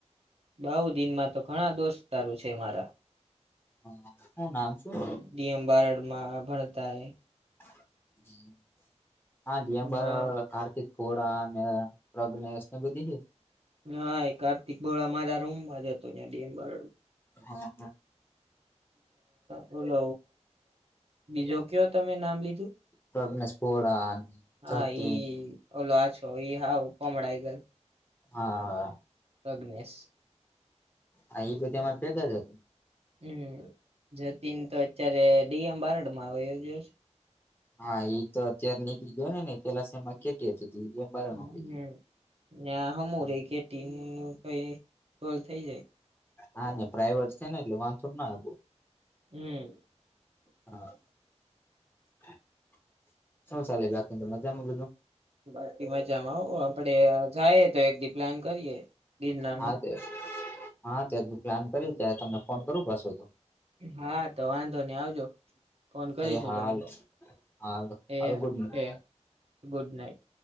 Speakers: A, on the right; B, on the left.
A: બાહું દિનમાં તો ઘણા દોસ્તારો છે મારા.
B: હા હું નામ છું.
A: ડીએમ <unintelligible>
B: <unintelligible>
A: ના
B: કાર્તિક ઘોડા અને. પ્રગ્રનેસ ને બધી. <unintelligible>
A: હા એ કાર્તિક ભોળા મારા રૂમમાં જ હતો. <unintelligible>
B: હા હા.
A: બોલો બીજો કયો તમે નામ લીધું.
B: પ્રજ્ઞેશ ખોડા
A: હા
B: જતીન
A: ઈ ઓલો આછો ઈ હા પમળાઈ ગય.
B: હા હા.
A: પ્રગ્નેશ.
B: હ એ બધી અમારે ભેગા જ હતું.
A: હમ જતીન તો અત્યારે ડીએમ બારડ માં વ્યો ગયો છે.
B: હા એ તો અત્યારે નીકળી ગયો ને ને પેલા શેમાં કેટી હતી. <unintelligible>
A: હમ <unintelligible>
B: ગઈ હા પ્રાઈવેટ છે ને એટલે વાંધો ના આવો.
A: હમ.
B: હા. <inaudible> શું ચાલે બાકી મજામાં બધું?
A: બાકી મજામાં હો આપડે જાયે તો એક દી પ્લાન કરીએ ગિરનારનું.
B: હા તે હા ત્યાં બી પ્લાન કરી ત્યારે તમને ફોન કરું પાછું તો.
A: હા તો વાંધો નહી આવજો ફોન કરીશું
B: એ હા
A: તમને.
B: હાલો હાલો હાલો
A: એ
B: ગુડ નાઈટ
A: હ ગુડ નાઇટ.